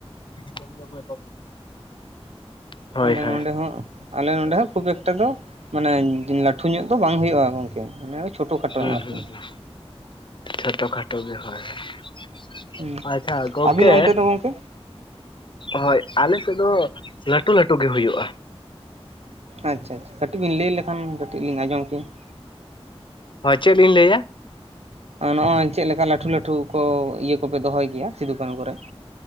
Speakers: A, on the left; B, on the right.
A: <unintelligible>
B: ᱟᱞᱮ
A: ᱦᱩᱸ
B: ᱱᱚᱸᱰᱮ ᱦᱚᱸ ᱟᱞᱮ ᱱᱚᱸᱰᱮ ᱦᱚᱸ ᱠᱷᱩᱵ ᱮᱠᱴᱟ ᱫᱚ ᱢᱟᱱᱮ ᱞᱟᱹᱴᱷᱩ ᱧᱚᱜ ᱫᱚ ᱵᱟᱝ ᱦᱩᱭᱩᱜᱼᱟ ᱜᱚᱝᱠᱮ ᱢᱟᱱᱮ ᱪᱷᱳᱴᱳ ᱠᱷᱟᱴᱳ
A: ᱦᱩᱸ
B: ᱟᱨᱠᱤ
A: ᱦᱩᱸ ᱦᱩᱸ, ᱪᱷᱳᱴᱚ ᱠᱷᱟᱴᱚ ᱜᱮ ᱦᱳᱭ ᱦᱮ ᱾
B: ᱦᱩᱸ
A: ᱟᱪᱪᱷᱟ ᱜᱚᱝᱠᱮ
B: ᱟᱹᱵᱤᱱ ᱚᱱᱛᱮ ᱫᱚ ᱜᱚᱝᱠᱮ
A: ᱦᱳᱭ, ᱟᱞᱮ ᱥᱮᱫ ᱫᱚ ᱞᱟᱹᱴᱩ ᱞᱟᱹᱴᱩ ᱜᱮ ᱦᱩᱭᱩᱜ ᱾
B: ᱟᱪᱷᱟ ᱟᱪᱷᱟ, ᱠᱟᱹᱴᱤᱡ ᱵᱮᱤᱱ ᱞᱟᱹᱭ ᱞᱮᱠᱷᱟᱱ ᱠᱟᱹᱴᱤᱡ ᱞᱤᱧ ᱟᱸᱡᱚᱢ ᱠᱮᱭᱟ ᱾
A: ᱦᱚᱭ ᱪᱮᱫ ᱞᱤᱧ ᱞᱮᱭᱟ?
B: ᱱᱚᱜᱼᱚᱭ ᱪᱮᱫ ᱞᱮᱠᱟ ᱞᱟᱹᱴᱩ ᱞᱟᱹᱴᱩ ᱠᱚ ᱤᱭᱟᱹ ᱠᱚᱯᱮ ᱫᱚᱦᱚᱭ ᱜᱮᱭᱟ ᱥᱤᱫᱩ-ᱠᱟᱱᱩ ᱠᱚᱨᱮ ᱾